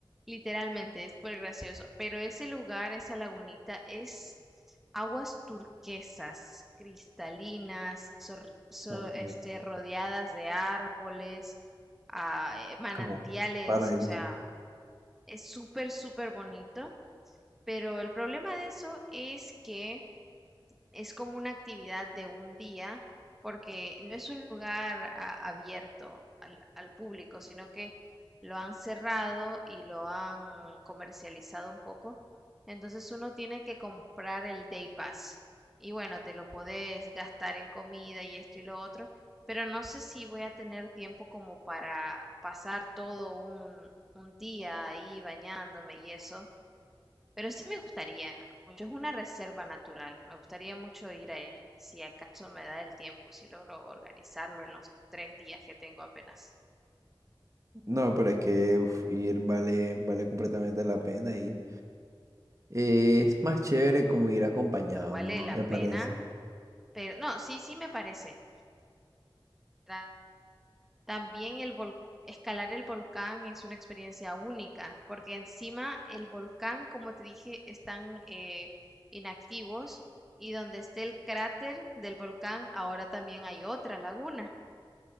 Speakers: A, in the centre; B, on the right.
A: Literalmente, es súper gracioso. Pero ese lugar, esa lagunita, es aguas turquesas, cristalinas, sor- so-
B: Ok,
A: este, rodeadas de árboles, ah, eh, manantiales,
B: Como un paraíso.
A: o sea, es súper, súper bonito. Pero el problema de eso es que es como una actividad de un día porque no es un lugar a- abierto al, al público, sino que lo han cerrado y lo han comercializado un poco. Entonces uno tiene que comprar el Day Pass. Y bueno, te lo podés gastar en comida y esto y lo otro, pero no sé si voy a tener tiempo como para pasar todo un, un día ahí bañándome y eso. Pero sí me gustaría mucho, es una reserva natural. Me gustaría mucho ir a ella, si acaso me da el tiempo, si logro organizarlo en los tres días que tengo apenas.
B: No, pero es que uf, ir vale, vale completamente la pena y eh, es más chévere como ir acompañado,
A: Pero vale
B: ¿no
A: la
B: te
A: pena,
B: parece?
A: pero no, sí, sí me parece. Ta- También el vol- escalar el volcán es una experiencia única, porque encima el volcán, como te dije, están eh, inactivos y donde esté el cráter del volcán, ahora también hay otra laguna.